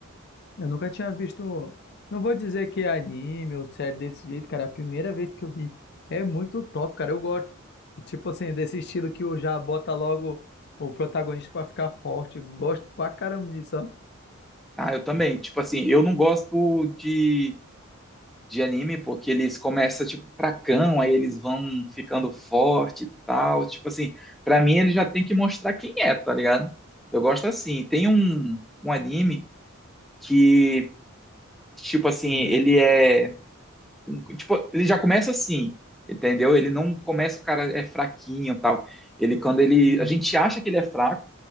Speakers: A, on the left; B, in the centre.
A: eu nunca tinha visto. Não vou dizer que é anime ou série desse jeito, cara. É a primeira vez que eu vi. É muito top, cara. Eu gosto. E, Tipo assim, desse estilo que o já bota logo o protagonista pra ficar forte. Eu gosto pra caramba disso, ó.
B: Ah, eu também. Tipo assim, eu não gosto de de anime, porque eles começam, tipo, fracão, aí eles vão ficando forte e tal. Tipo assim, pra mim ele já tem que mostrar quem é, tá ligado? Eu gosto assim. Tem um, um anime que, tipo assim,
A: Uhum,
B: ele é. um, Tipo, ele já começa assim, entendeu? Ele não começa, o cara é fraquinho e tal. Ele, quando ele.
A: uhum,
B: A gente acha que ele é fraco.